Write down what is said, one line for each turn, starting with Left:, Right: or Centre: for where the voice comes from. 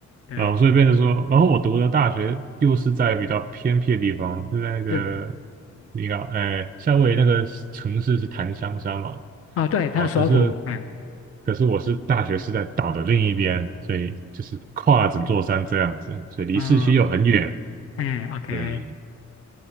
Left: 对，
Right: 然后所以变成说，然后我读的大学又是在比较偏僻的地方，就在那个，
Left: 是
Right: 你看，哎，夏威夷那个城市是檀香山嘛，
Left: 哦，对，他的首府，
Right: 啊，可是，
Left: 哎，
Right: 可是我是大学是在岛的另一边，所以就是跨整座山这样子，所以离市区又很远，
Left: 哦，哎，OK，
Right: 对，